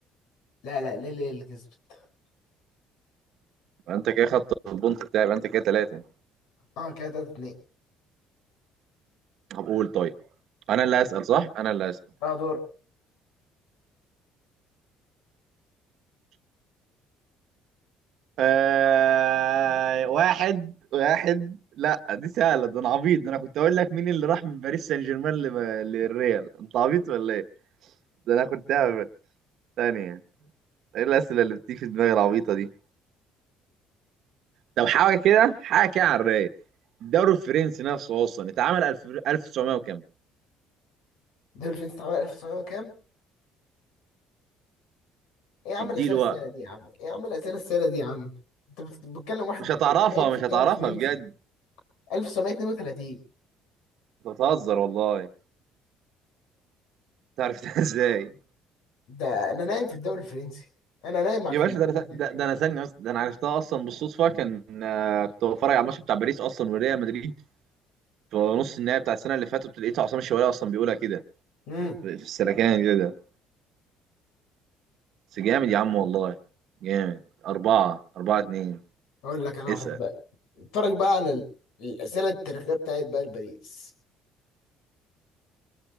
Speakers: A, on the left; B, on the right.
A: لا لا ليل هي اللي كسبت
B: يبقى انت كده خدت البونت بتاعي يبقى انت كده ثلاثه
A: اه كده 3 2
B: طب قول طيب انا اللي هسأل صح انا اللي هسأل
A: اه دور
B: آه واحد واحد لا دي سهلة ده انا عبيط ده انا كنت اقول لك مين اللي راح من باريس سان جيرمان ل- للريال انت عبيط ولا ايه؟ ده انا كنت هبل ثانية ايه الأسئلة اللي بتيجي في دماغي العبيطة دي؟ طب حاجة كده حاجة كده على الرايق الدوري الفرنسي نفسه اصلا اتعمل 1000 1900 وكام؟
A: الدوري الفرنسي اتعمل 1900 وكام ايه يا عم
B: اديله
A: الاسئله السهله
B: وقت
A: دي يا عم ايه يا عم الاسئله السهله دي يا عم انت بت- بتكلم واحد
B: مش هتعرفها
A: نايم في
B: مش
A: الدوري
B: هتعرفها
A: الفرنسي
B: بجد
A: 1932
B: انت بتهزر والله تعرفتها ازاي؟
A: ده انا نايم في الدوري الفرنسي انا نايم مع الفلاحين
B: يا باشا ده أنا-
A: هناك
B: ده, ده انا ثانيه بس ده انا عرفتها اصلا بالصدفه كان آه، كنت بتفرج على الماتش بتاع باريس اصلا وريال مدريد في نص النهائي بتاع السنه اللي فاتت لقيت عصام الشوالي اصلا بيقولها كده
A: امم
B: في السلكان كده ده بس جامد يا عم والله جامد أربعة أربعة اتنين
A: اقول لك انا واحده
B: اسأل
A: بقى اتفرج بقى على ال- الاسئله التاريخيه بتاعت بقى باريس